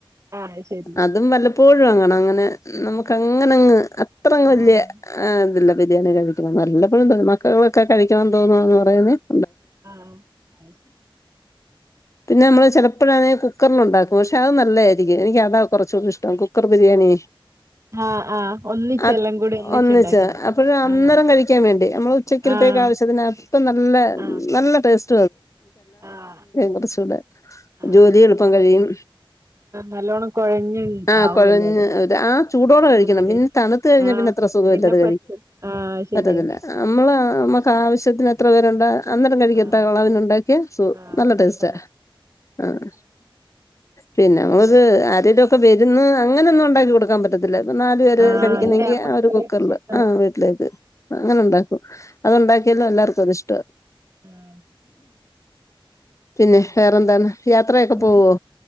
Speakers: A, on the right (about 30°); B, on the left (about 35°).
A: ആഹ് ശരി
B: അതും വല്ലപ്പോഴും. അങ്ങനെ നമുക്കങ്ങനങ്ങ് അത്ര അങ്ങ് വല്യ
A: ആഹ്
B: ഇ <unintelligible>
A: ആഹ അ.
B: പിന്നെ നമ്മള് ചിലപ്പോഴണെ കുക്കറിൽ ഉണ്ടാക്കും പക്ഷെ അത് നല്ലതായിരിക്കും. എനിക്ക് അതാ കൊർച്ചൂടി ഇഷ്ടം കുക്കർ ബിരിയാണി.
A: ആഹ് ആഹ് ഒന്നിച്ച്
B: അ
A: എല്ലാം കൂടി ഒന്നിച്ചുണ്ടാക്കുന്നെ
B: ഒന്നിച്ച് അപ്പോഴ് അന്നേരം
A: ആഹ്
B: കഴിക്കാൻ വേണ്ടി നമ്മൾ ഉച്ചക്കത്തേ
A: ആഹ്
B: <unintelligible> നല്ല
A: ആഹ്
B: നല്ല ടേസ്റ്റ്. <unintelligible>
A: ആഹ്
B: കുറച്ചൂടെ
A: ആഹ്
B: ജോലി എളുപ്പം
A: ആഹ്
B: കഴിയും.
A: നല്ലോണം കൊഴഞ്ഞ്
B: ആഹ
A: ആവുല്ലോ
B: കുഴഞ്ഞ്
A: അത്
B: ആ ചൂടോടെ കഴിക്കണം
A: നല്ല ടേസ്റ്റ്
B: പിന്നെ തണുത്ത കഴിഞ്ഞാൽ
A: ആഹ്
B: പിന്നെ അത്ര സുഖമ
A: പിന്നെ
B: ഇല്ലത്
A: പറ്റും ആഹ് ശരിയാ
B: പറ്റത്തില്ല നമ്മള് നമക്ക് ആവശ്യത്തിന് എത്ര പേരുണ്ട അന്നേരം <unintelligible>
A: ആഹ്
B: ഉണ്ടാക്കിയ സു
A: ആഹ്
B: നല്ല
A: പെട്ടെന്ന്
B: ടേസ്റ്റാ. ആഹ് പിന്നെ ആരെലും ഒക്കെ വരുന്ന് അങ്ങന ഒന്നും ഒണ്ടാക്കി കൊട്ക്കാൻ പറ്റത്തില്ല. നാലു പേര്
A: ആഹ്
B: കഴിക്കുന്നെങ്കി
A: അല്ലെ നമ്മക്ക്
B: ആ ഒരു
A: വീട്ടില്
B: കുക്കർല്
A: ആഹ്
B: ആ വീട്ട്ലേക്ക് അങ്ങനെ ഉണ്ട ക്കും. അതുണ്ടാക്കിയാലും എല്ലാർക്കും അത് ഇഷ്ട.
A: ആഹ്
B: പിന്നെ വേറെന്താണ് യാത്രയൊക്കെ
A: വേറെ
B: പോവോ?